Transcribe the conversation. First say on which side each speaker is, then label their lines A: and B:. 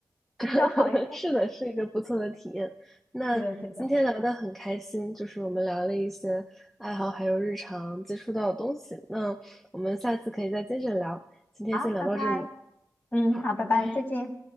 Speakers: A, in the centre; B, on the left (about 30°).
A: <laughs>
B: 较好一点。
A: 是的，是一个不错的体验。那今天聊得很开心，
B: 对的，对的。
A: 就是我们聊了一些爱好，还有日常接触到的东西。那我们下次可以再接着聊。今天先聊到这里，
B: 好，拜拜。嗯，
A: 好，
B: 好，拜拜，
A: 拜拜。
B: 再见。